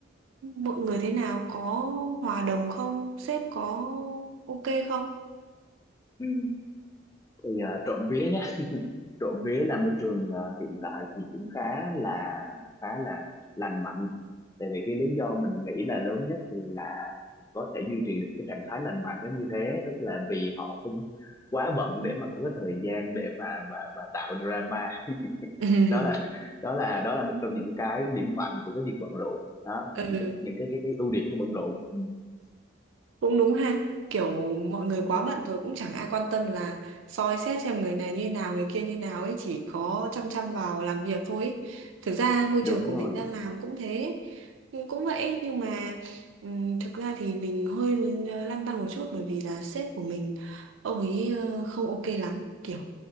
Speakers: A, on the right; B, on the left.
A: mọi người thế nào, có hòa đồng không, sếp có ok không?
B: Ừ. thì uh, trộm vía trộm vía là môi trường ờ, hiện tại thì cũng khá là khá là lành mạnh tại vì cái lý do mình nghĩ là lớn nhất là có thể duy trì được cái trạng thái lành mạnh đó như thế tức là vì họ không quá bận để mà có cái thời gian để mà mà mà tạo drama
A: <laughs>
B: đó là đó là đó là một trong những cái điểm mạnh của cái việc bận rộn đó
A: Ừ.
B: những cái những cái cái, cái ưu điểm của bận rộn Ừ.
A: cũng đúng ha kiểu mọi người
B: ừ,
A: quá bận rồi cũng chẳng ai quan tâm là soi xét xem người này như nào người kia như nào ấy chỉ có chăm chăm vào làm việc thôi ấy. thực ra môi
B: đúng
A: trường của
B: rồi
A: mình đang làm cũng thế cũng cũng vậy nhưng mà ừm, thực ra thì mình hơi ờ, lăn tăn một chút bởi vì là sếp của mình ông ấy ờ, không ok lắm kiểu